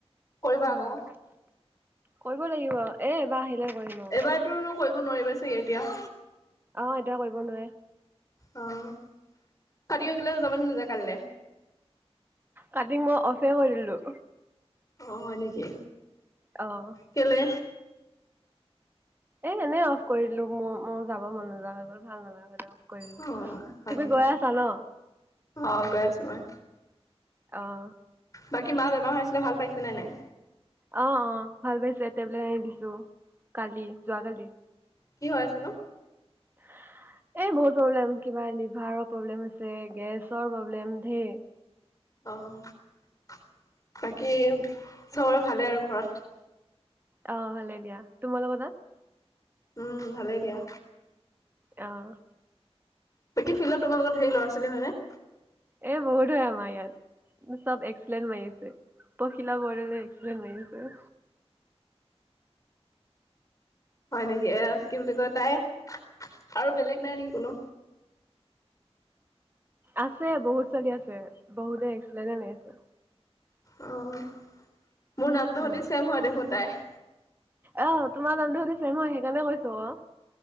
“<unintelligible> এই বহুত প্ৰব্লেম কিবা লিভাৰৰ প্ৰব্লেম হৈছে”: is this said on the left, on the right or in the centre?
Right